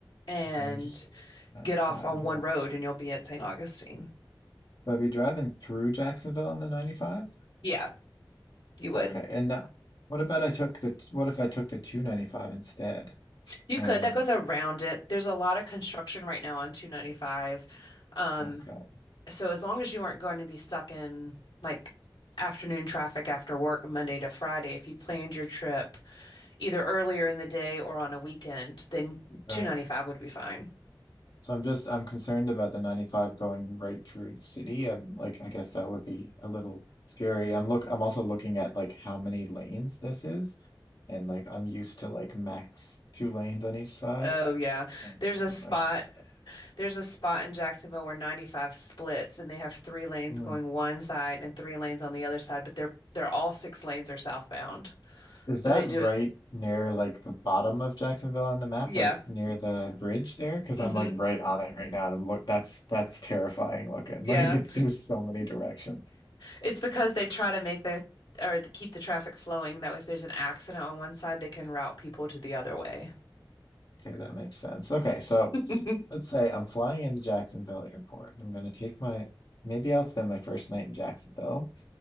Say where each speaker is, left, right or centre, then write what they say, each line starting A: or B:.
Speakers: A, on the left; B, on the left.
A: and
B: okay, I'm just looking at 95.
A: get off on
B: Yeah.
A: one road, and you'll be at St. Augustine.
B: But I'd be driving through Jacksonville on the 95,
A: Yeah, you would.
B: okay. And now, what about I took the? What if I took the 295 instead?
A: You
B: And
A: could. That goes around it. There's a lot of construction right now on 295. Um,
B: okay,
A: so as long as you aren't going to be stuck in like afternoon traffic after work Monday to Friday, if you planned your trip, either earlier in the day or on a weekend, then
B: right.
A: 295 would be fine.
B: So I'm just I'm concerned about the 95 going right through the city. I'm like I guess that would be a little scary. I'm look I'm also looking at like how many lanes this is, and like I'm used to like max two lanes on each side.
A: Oh yeah.
B: Uh,
A: There's
B: something
A: a spot
B: like this.
A: there's a spot in Jacksonville where 95 splits and they have three lanes
B: Hmm.
A: going one side and three lanes on the other side, but they're they're all six lanes are southbound.
B: Is that
A: But they do
B: right
A: it.
B: near like the bottom of Jacksonville on the map,
A: Yeah.
B: like near the bridge there? Because
A: hmm
B: I'm like right on it right now, and I'm look. That's that's terrifying looking.
A: Yeah.
B: <laughs> Like it's there's so many directions.
A: It's because they try to make the or to keep the traffic flowing. That way if there's an accident on one side, they can route people to the other way.
B: Okay, that makes sense. Okay, so
A: <laughs>
B: let's say I'm flying into Jacksonville Airport. I'm gonna take my maybe I'll spend my first night in Jacksonville.